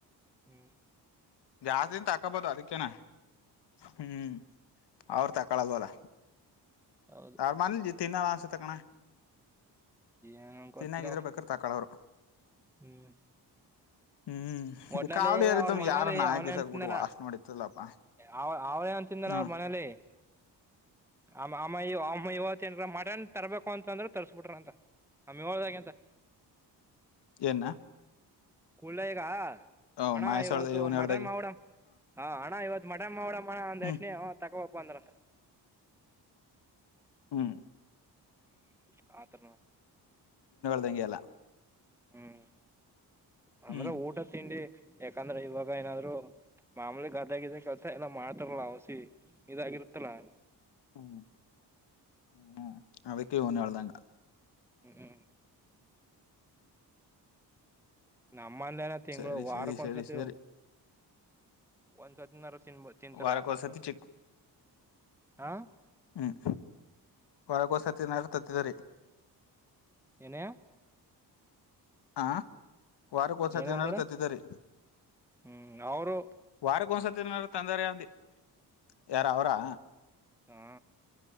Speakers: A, in the centre; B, on the left.
A: ಹ್ಮ್
B: ಜಾಸ್ತಿಂದ್ ತಾಕಬೋದು ಅದಕ್ಕೆೇನೆ ಹ್ಮ್ ಅವರು ತಾಕಳಲ್ವಲ್ಲ
A: ಹೌದು
B: ಅವರ್ ಮನ್ಲಿ ತಿನ್ನಲ್ಲ ಅನ್ನಿಸುತ್ತೆಕ್ಕಣ
A: ಏನ್ ಗೊತ್ತಿಲ್ಲ
B: ತಿನ್ನಾಗಿದ್ರೆ ಬೇಕಾದ್ರೆ ತಕಳೋವ್ರು
A: ಹ್ಮ್
B: ಹ್ಮ್
A: ಒಟ್ನಲ್ಲಿ
B: ಈ ಕಾವಲಿತುಮ್
A: ಅವ್ರ ಮನೇಲಿ
B: ಯಾರೋ ನಾಯಿ
A: ಅವನೇ
B: ಬಿಸಾಕ್ಬಿಟ್ಟು
A: ಅಂತಿಂದಲ್ಲ
B: ವಾಸನೆ ಹೊಡಿತ್ತಲ್ಲಪ್ಪ
A: ಅವ ಅವನೇ ಅಂತಿಂದಲ್ಲ
B: ಹ್ಮ
A: ಅವ್ರ
B: <unintelligible>
A: ಮನೇಲಿ ಅಮ್ಮ ಅಮ್ಮ ಇವತ್ತು ಆ ತರಬೇಕು ಅಂತ ಅಂದ್ರೆ ತರ್ಸ್ಬಿಟ್ರೀ ಅಂತ ಆ ಮಿ ಹೋದಗ ಅಂತ
B: ಏನ
A: ಕುಲೈಯಗ
B: ಓ
A: ಅಣ್ಣ
B: ಮಹೇಶ್
A: ಇವತ್ತು
B: ಹೇಳ್ದ ಇವನ್ ಹೇಳ್ದಾಗ
A: ಮಟನ್ ಮಾಡ್ಬುಡ ಹಾ ಅಣ್ಣ ಇವತ್ ಮಟನ್ ಮಾಡ್ಬಾನ ಅದ್
B: ಹ್ಮ್
A: ಯಕ್ಷ್ಣೇ ತಗೊ ಹೋಗ್ ಬಂದರತ
B: ಹ್ಮ್
A: ಹ್ಮ ಆತರ ನ
B: ತಂಗ್ಯಲ್ಲ
A: ಹ್ಮ್ ಅಂದ್ರೆ
B: ಹ್ಮ್
A: ಊಟ ತಿಂಡಿ ಯಾಕಂದ್ರೆ ಇವಾಗ ಏನಾದ್ರು ಮಾಮೂಲಿ ಗದಾಗಿದ ಕೆಲಸ ಎಲ್ಲಾ ಮಾಡ್ತಾರಲ್ಲ ಔಸಿ ಇದಾಗಿರ್ ಮತ್ತಲ್
B: ಹ್ಮ ಹ್ಮ್ ಅವಕ್ಕೆ ಇವ್ನ ಹೇಳದಂಗ
A: ಹ್ಮ್ ಹ್ಮ್ ನಮ್ಮಲ್ಲಿ ಎಲ್ಲಾ ತಿಂಗಳು
B: ಸರಿ
A: ವಾರಕ್
B: ಸರಿ
A: ಒಂದ್ಸತಿ
B: ಸರಿ ಸರಿ
A: ಒಂದ್ಸತಿನರು ತಿನ್ಬೊದ್ ತಿನ್ತರಾ
B: ವಾರಕ್ಕೊಂದ್ಸತಿ
A: ಅಂತ
B: ಚಿಕ್
A: ಹ
B: ಹ್ಮ್ ವಾರಕ್ಕೊಂದ್ಸತಿ ಏನಾರು ತತ್ತಿದರಿ
A: ಎನೆ
B: ಹ ವಾರಕ್ಕೆ ಒಂದ್ಸತಿ
A: ಏನಂದಿರ
B: ಏನಾರೂ ತತ್ತಿದ್ದ ರೀ
A: ಹ್ಮ್ ಅವರು
B: ವಾರಕ್ಕೆ ಒಂದ್ಸತಿನಾರೂ ತಂದರೆ ಅಂದಿ ಯಾರ್ ಅವ್ರಾ
A: ಹಾ